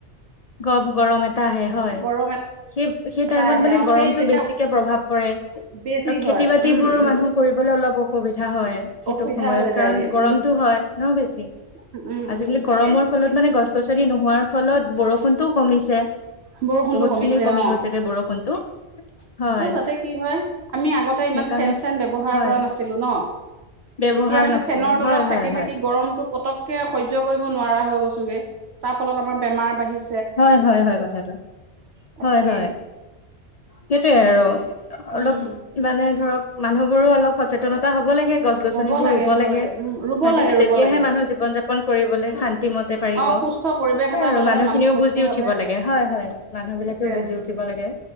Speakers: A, on the left; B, on the right.
A: গম গৰম এটা আহে হয়
B: গৰম
A: সেই সেই
B: এটা
A: টাইমত
B: আহে
A: মানে
B: অ
A: গৰমটো
B: সেই তেতিয়া
A: বেছিকে প্ৰভাৱ পৰে আৰু
B: বেছি
A: খেতি
B: হয়
A: বাতিবোৰ
B: উম উম
A: মানুহ কৰিব অলপ অসুবিধা হয় সেইটো
B: অসুবিধা
A: সময়ত
B: হৈ যায়গে
A: কাৰণ গৰমতো
B: উম
A: হয় ন বেছি
B: উম,
A: আজিকালি
B: উম,
A: গৰমৰ
B: তাকে
A: ফলত মানে গছ গছনি নোহোৱাৰ ফলত বৰষুণতটোও কমিছে।
B: বৰষুণটো
A: বহুত
B: কমিছে
A: খিনি কমি
B: অ,
A: গৈছেগে বৰষুণটো হয়
B: আৰু তাতে কি হয় আমি আগতে
A: সেইকাৰণে
B: ইমান ফেন চেন ব্যৱহাৰ
A: হয়
B: কৰা নাছিলোঁ ন
A: ব্যৱহাৰ
B: এতিয়া মানে
A: নকৰো
B: ফেনৰ তলত
A: হয় হয়
B: থাকি
A: হয়
B: থাকি গৰমতো পতক কে সহ্য কৰিব নোৱাৰা হয় গৈছোগে তাৰ ফলত আমাৰ বেমাৰ বাঢ়ি
A: হয়, হয়, হয় কথাটো
B: তাকে
A: হয়, হয় সেইটোৱে আৰু।
B: উম।
A: অলপ মানে ধৰক মানুহ বোৰো অলপ সচেতনতা হ ব লাগে গছ- গছনি
B: হ'ব
A: ৰোব
B: হ'ব
A: লাগে
B: উম, ৰুব
A: হয়
B: লাগে
A: নে
B: ৰুব
A: তেতিয়া
B: লাগে।
A: মানুহ জীৱন যাপন কৰিবলে শান্তি মতে পাৰি
B: অ,
A: ব
B: সুস্থ পৰিৱেশ
A: সেয়ে
B: এটা
A: আৰু
B: হলেহে
A: মানুহ খিনিও
B: সুস্থ
A: বুজি
B: ভাৱে
A: উঠিব লাগে হয় হয় মানুহ বিলাকেও
B: তাকে
A: বুজি উঠিব লাগে